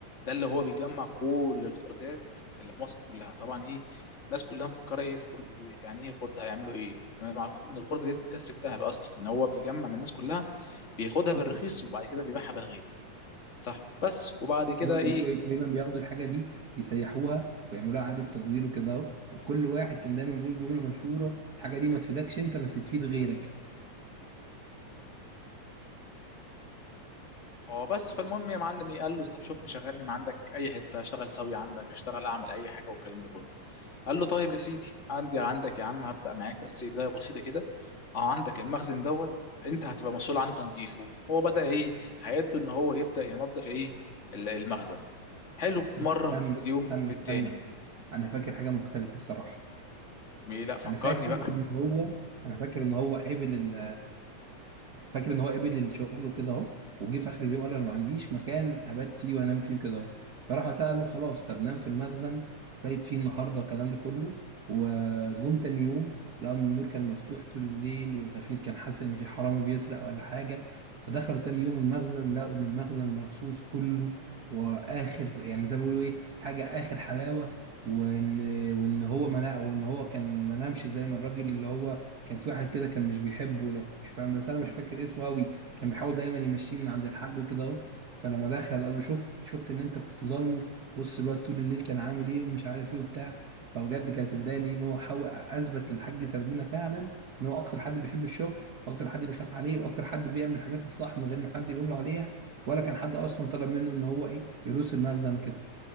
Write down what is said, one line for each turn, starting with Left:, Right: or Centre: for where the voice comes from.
Left: ده اللي هو بيجمع كل الخردات اللي في مصر كلها طبعا ايه الناس كلها مفكره ايه الخرده دي يعني ايه خرده هيعملوا ايه انا ما اعرفش ان الخرده دي بتكسب ذهب اصلا ان هو بيجمع من الناس كلها بياخدها بالرخيص وبعد كده بيبيعها بالغالي صح بس وبعد كده
Right: هما بيعملوا
Left: ايه
Right: ايه دايما بياخدوا الحاجة دي يسيحوها ويعملوها إعادة تدوير وكده اهو وكل واحد كان دايما بيقول جملة مشهورة الحاجة دي ما تفيدكش انت بس تفيد غيرك
Left: اه بس فالمهم يا معلم إيه، قال له طب شوفني شغلني ما عندك اي حته اشتغل سوي عندك اشتغل اعمل اي حاجه والكلام ده كله قال له طيب يا سيدي عندي عندك يا عم هبدا معاك بس بدايه بسيطه كده اهو عندك المخزن دوت انت هتبقى مسؤول عن تنظيفه هو بدا ايه حياته ان هو يبدا ينظف ايه ال- المخزن حلو
Right: بس
Left: مره
Right: استنى
Left: في اليوم
Right: استنى
Left: في
Right: استنى
Left: التاني
Right: انا فاكر حاجة مختلفة الصراحة
Left: مي لا فكرني
Right: انا فاكر
Left: بقى
Right: ان هو انا فاكر ان هو قابل ال- فاكر ان هو قبل الشغل وكده اهو وجه في اخر اليوم قال انا ما عنديش مكان ابات فيه وانام فيه وكده اهو فراح وقتها قال له خلاص طب نام في المخزن بقيت فيه النهارده الكلام ده كله وجم تاني يوم لقوا ان النور كان مفتوح طول الليل والغفير كان حاسس ان في حرامي بيسرق ولا حاجه فدخلوا تاني يوم المخزن لقوا ان المخزن مرصوص كله واخر يعني زي ما بيقولوا ايه حاجه اخر حلاوه وان وان هو ما نام- وان هو كان ما نامش زي ما الراجل اللي هو كان في واحد كده كان مش بيحبه لو مش فاهم بس انا مش فاكر اسمه قوي كان بيحاول دايما يمشيه من عند الحاج وكده اهو فلما دخل قال له شفت شفت ان انت كنت ظالمه بص الواد طول الليل كان عامل ايه ومش عارف ايه وبتاع فبجد كانت البدايه دي ان هو حاول اثبت للحاج سردينه فعلا ان هو اكتر حد بيحب الشغل واكتر حد بيخاف عليه واكتر حد بيعمل الحاجات الصح من غير ما حد يقول له عليها ولا كان حد اصلا طلب منه ان هو ايه يروس المخزن وكده